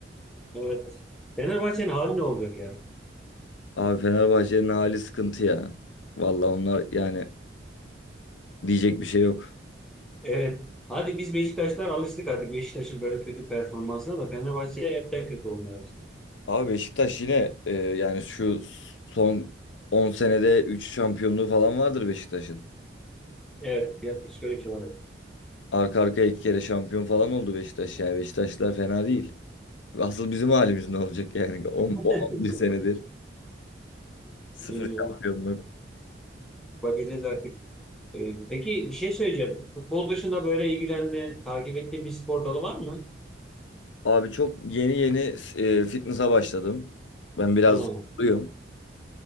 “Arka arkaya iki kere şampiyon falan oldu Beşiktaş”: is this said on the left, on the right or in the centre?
Left